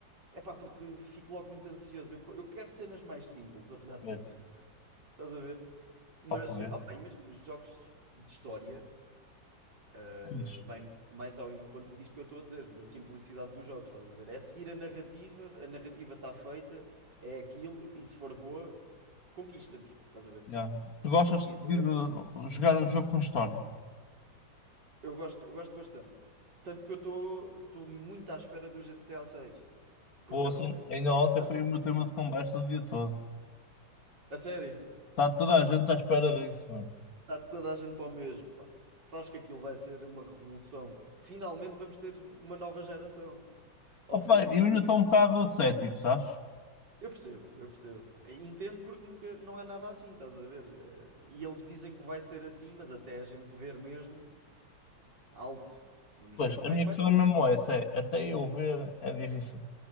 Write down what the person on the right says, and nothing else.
É pá, porque fico logo muito ansioso. Eu, co- eu quero cenas mais simples, apesar de
tudo. <laughs> Estás a ver? Mas,
opá, imagina, jogos de história. Uh,
vai mais ao encontro disto que eu estou a dizer, da simplicidade dos jogos, estás a ver? É seguir a narrativa, a narrativa está feita, é aquilo, e se for boa, conquista-nos, estás a ver?
Eu gosto disso,
eu, go-
eu gosto, eu gosto bastante. Tanto que eu estou estou muito à espera do GTA 6, porque
a Rockstar,
a
Rockstar,
a sério,
está toda a gente para o mesmo, pá. Sabes que aquilo vai ser uma revolução, pá. Finalmente vamos ter uma nova geração, ao
fim
de
Eu percebo, eu percebo. Eh, Entendo porque nunca não há nada assim, estás a ver? Eh, E eles dizem que vai ser assim, mas até a gente ver mesmo, alto. Vamos
ver como
é que vai
ser.